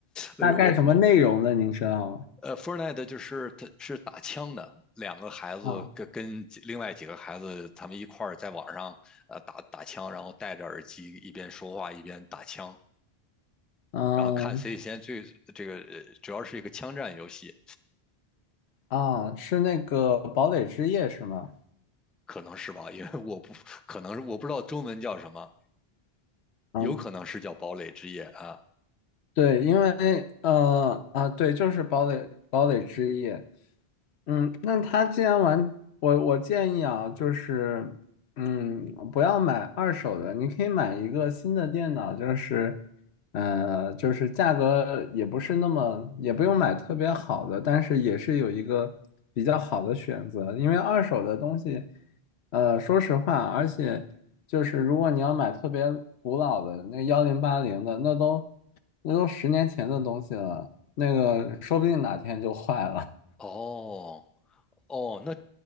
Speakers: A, in the centre; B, on the left.
A: 呃，
B: 大概什么内容的，
A: 我我
B: 您知道
A: 呃，Fortnite 就是他是打枪的，两个孩子跟跟几另外几个孩子他们一块儿在网上呃打打枪，
B: 吗？啊，
A: 然后戴着耳机一边说话一边打枪，
B: 嗯
A: 然后看谁先最这个呃主要是一个枪战游戏，
B: 啊，是那个堡垒之夜是吗？
A: 可能是吧？因为我不可能是我不知道中文叫什么，
B: 嗯。
A: 有可能是叫堡垒之夜啊。
B: 对，因为呃啊，对，就是堡垒堡垒之夜。嗯，那他既然玩，我我建议啊，就是嗯，不要买二手的，你可以买一个新的电脑，就是呃，就是价格也不是那么，也不用买特别好的，但是也是有一个比较好的选择，因为二手的东西，呃，说实话，而且。就是如果你要买特别古老的那幺零八零的，那都那都十年前的东西了，那个说不定哪天就坏了。
A: 哦哦，那